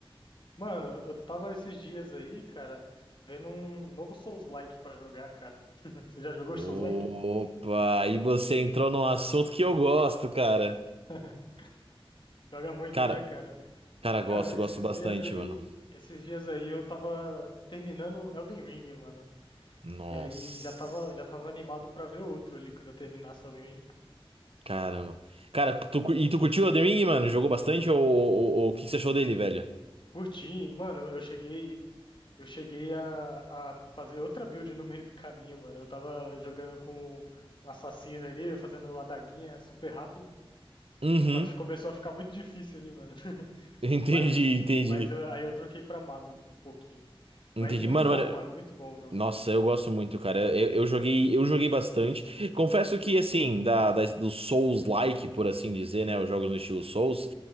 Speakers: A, on the left; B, on the right.
A: Mano, eu tava esses dias aí, cara, vendo um novo Souls-like pra jogar, cara. <laughs> Você já jogou
B: Opa,
A: Souls-like?
B: aí você entrou num assunto que eu gosto, cara.
A: <laughs> Joga muito,
B: Cara,
A: né, cara?
B: cara,
A: Cara,
B: gosto, gosto
A: esses
B: bastante,
A: dias aí,
B: mano.
A: esses dias aí eu tava terminando Elden Ring, mano.
B: Nossa,
A: E aí já tava, já tava animado pra ver outro ali quando eu terminasse Elden Ring.
B: caramba. Cara, tu cu- e tu curtiu o The Ring, mano? Jogou bastante ou ou- ou o que que você achou dele, velho?
A: Curti, mano, eu cheguei, Eu cheguei a, a fazer outra build no meio do caminho, mano. Eu tava jogando com um assassino ali, fazendo a daguinha super rápido.
B: Uhum,
A: Só que começou a ficar muito difícil ali, mano. <laughs>
B: <laughs> entendi,
A: Mas,
B: entendi.
A: mas eu- aí eu troquei pra mago um pouquinho, assim.
B: Entendi.
A: Mas muito
B: Mano,
A: bom,
B: mano.
A: mano. Muito bom o jogo.
B: Nossa, eu gosto muito, cara. Eu, eu joguei, eu joguei bastante. Confesso que, assim, da, da, do Souls-like, por assim dizer, né? Os jogos no estilo Souls,